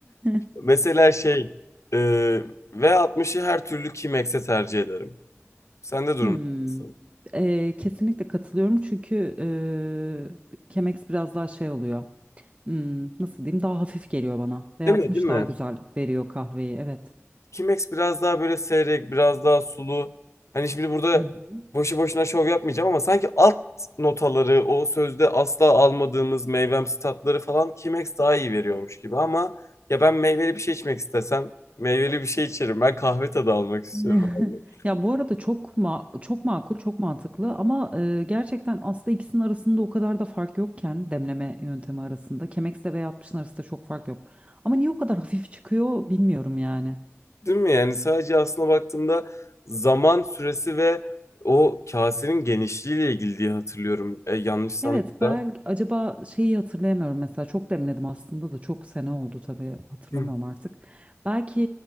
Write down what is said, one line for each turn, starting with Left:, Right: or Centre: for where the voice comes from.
Right: <laughs>
Left: Mesela şey e, V60'ı her türlü Chemex'e tercih ederim. Sende durum
Right: Hmm.
Left: nasıl?
Right: Ee, kesinlikle katılıyorum çünkü e, Chemex biraz daha şey oluyor Hmm, nasıl diyeyim daha hafif geliyor bana ve
Left: Değil
Right: 60
Left: mi? Değil mi?
Right: daha güzel veriyor kahveyi evet.
Left: Kimex biraz daha böyle seyrek, biraz daha sulu. Hani şimdi burada
Right: Hı hı.
Left: boşu boşuna şov yapmayacağım ama sanki alt notaları, o sözde asla almadığımız meyvemsi tatları falan Kimex daha iyi veriyormuş gibi ama ya ben meyveli bir şey içmek istesem meyveli bir şey içerim. Ben kahve tadı almak istiyorum
Right: <laughs>
Left: abi.
Right: Ya bu arada çok ma çok makul, çok mantıklı ama e, gerçekten aslında ikisinin arasında o kadar da fark yokken demleme yöntemi arasında Chemex'le ve 60'ın arasında çok fark yok. Ama niye o kadar <laughs> hafif çıkıyor bilmiyorum yani.
Left: Değil mi? Yani sadece aslında baktığımda zaman süresi ve o kasenin genişliğiyle ilgili diye hatırlıyorum. E, yanlışsam
Right: Evet ben
Left: da.
Right: acaba şeyi hatırlayamıyorum mesela çok demledim aslında da çok sene oldu tabii hatırlamıyorum
Left: Hı.
Right: artık. Belki